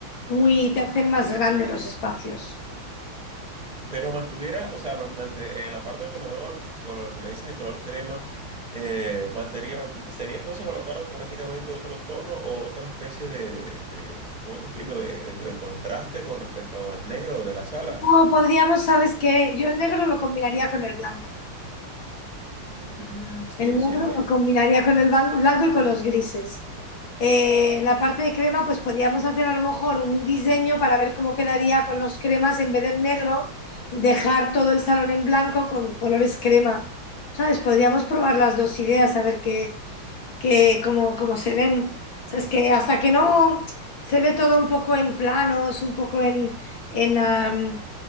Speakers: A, on the left (about 65°); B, on the right (about 15°).
A: muy, te hacen más grandes los espacios.
B: Pero mantuviera, o sea, man- mante- en la parte del comedor, con lo que me dices de color crema, eh, mantenía- sería entonces colocar prácticamente otro tono o otra especie de, de, de- ¿cómo te explico? De, de contraste con respecto al negro de la sala.
A: No, podríamos, ¿sabes qué? Yo el negro lo combinaría con el blanco.
B: Mm, sí,
A: El negro
B: sí, sí.
A: lo combinaría con el ban- blanco y con los grises. Eh, la parte de crema, pues podríamos hacer a lo mejor un diseño para ver cómo quedaría con los cremas en vez del negro, dejar todo el salón en blanco con colores crema. ¿Sabes? Podríamos probar las dos ideas, a ver qué, que como, como se ven. O sea, es que hasta que no se ve todo un poco en planos, un poco en, en, am,